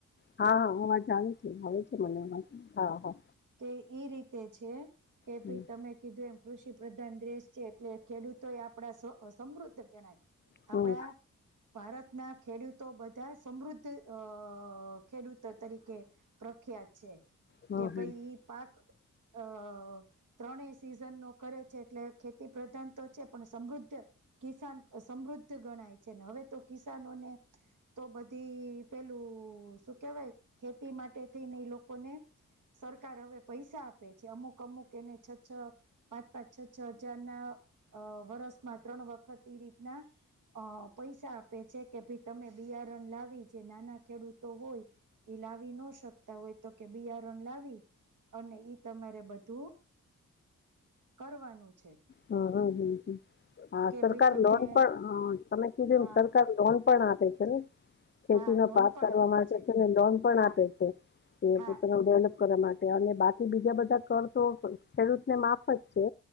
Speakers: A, on the left; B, on the right.
A: હા-હા હુંમાં જાણું છું હવે છે મને એમાંથી હા-હા.
B: તે રીતે છે કે
A: હમ
B: ભાઈ તમે કીધું એમ કૃષિ પ્રધાન દેશ છે એટલે ખેડૂતો એ આપડા સમૃદ્ધ ગણાય.
A: હમ
B: આપણા ભારતના ખેડૂતો બધા સમૃદ્ધ અ ખેડૂતો તરીકે પ્રખ્યાત છે
A: હમ
B: કે
A: હમ
B: ભાઈ ઈ પાક અ અ ત્રણેય સીઝન નો કરે છે એટલે ખેતી પ્રધાન તો છે પણ સમૃદ્ધ કિસાન સમૃદ્ધ ગણાય છે ને હવે તો કિસાન જનોને ને તો બધી પેલું શું કેવાય ખેતી માટે થઈને લોકોને સરકાર હવે પૈસા આપે છે અમુક અમુક એને છ છ પાંચ પાંચ છ છ હજાર ના અ વરસમાં ત્રણ વખત ઈ રીતના અ પૈસા આપે છે કે ભાઈ તમે બિયારણ લાવી જે નાના ખેડૂતો હોય ઈ લાવી નો શકે હોય તો કે બિયારણ લાવી અને ઈ તમારે બધું કરવાનું છે
A: હમ્મ-હમ્મ-હમ્મ-હમ્મ
B: કે
A: સરકાર
B: ભાઈ તમે
A: લોન પણ તમે કીધું
B: હા
A: સરકાર લોન પણ આપે છે નઈ ખેતી
B: હા
A: નો
B: લોન
A: પાક
B: પણ
A: કરવા
B: આપે
A: માટે છે ને લોન પણ
B: હા
A: આપે છે એ
B: હા
A: પોતનો ડેવલપ કરવા માટે અને બાકી બીજા બધા કર તો ખેડૂતને માફ જ છે